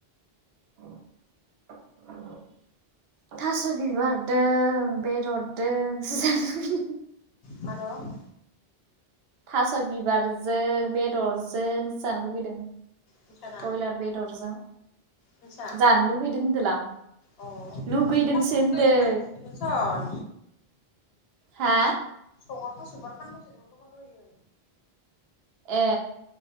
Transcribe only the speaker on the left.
माद'?
नोंसाना
नोंसा
अ
थास'
गोरलै फानफैसोदोंमोन सन
सकर थास' बिबार फानफाय सोदोंमोन द'ख' दहोयो।